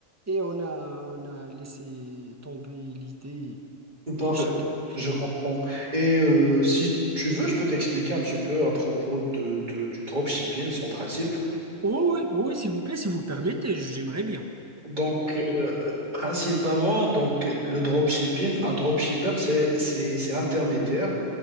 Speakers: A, on the right; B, on the right.
A: Et on a, on a laissé tomber l'idée
B: parfait,
A: et chacun a pris.
B: je comprends.
A: euh,
B: Et euh, si tu veux, je peux t'expliquer un petit peu à propos de, de- du dropshipping, son principe.
A: Oh oui, oh oui, s'il vous plaît, si vous le permettez, j'aimerais bien.
B: Donc, euh, euh, principalement, donc, le dropshipping, un dropshipper, c'est, c'est, c'est l'intermédiaire